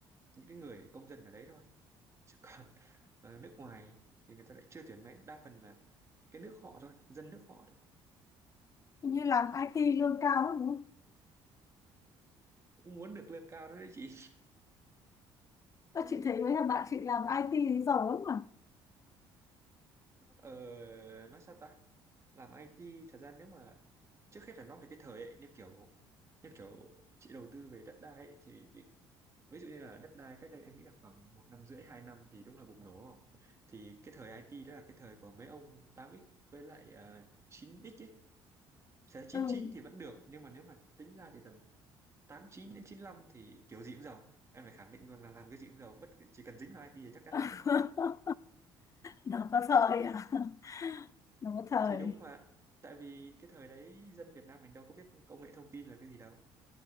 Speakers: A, on the right (about 25°); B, on the left (about 30°).
A: những cái người công dân ở đấy thôi chứ còn ờ, nước ngoài thì người ta lại chưa tuyển mấy đa phần là cái nước họ thôi dân nước họ thôi
B: như làm IT lương cao lắm đúng không?
A: cũng muốn được lương cao đó đấy chị <laughs>
B: Các
A: cũng
B: chị thấy mấy thằng bạn chị làm IT thì giàu lắm mà.
A: ờ, nói sao ta làm IT thật ra nếu mà trước hết là nói về cái thời ấy như kiểu như kiểu chị đầu tư về đất đai ấy, thì ví dụ như là đất đai cách đây em nghĩ là khoảng một năm rưỡi hai năm thì đúng là bùng nổ đúng không thì cái thời IT đó là cái thời của mấy ông 8x với lại à, 9x ấy sẽ 99
B: Ừ.
A: thì vẫn được nhưng mà nếu mà tính ra thì tầm 89 đến 95 thì kiểu gì cũng giàu em phải khẳng định luôn là làm cái gì cũng giàu bất cứ- chỉ cần dính vào IT thì chắc chắn
B: <laughs>
A: giàu ấy
B: Nó có thời à? Nó có thời.
A: thì đúng mà tại vì cái thời đấy dân Việt Nam mình đâu có biết công nghệ thông tin là cái gì đâu